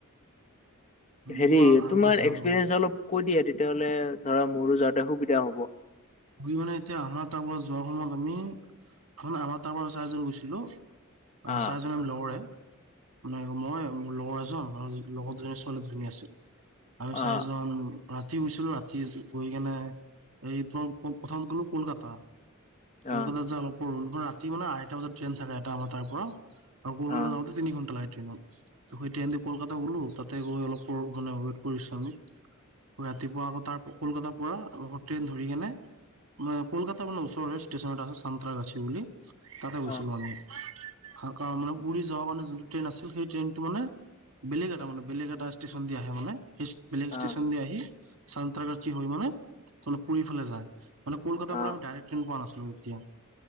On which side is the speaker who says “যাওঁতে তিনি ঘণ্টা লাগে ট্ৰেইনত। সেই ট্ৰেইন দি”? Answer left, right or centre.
Right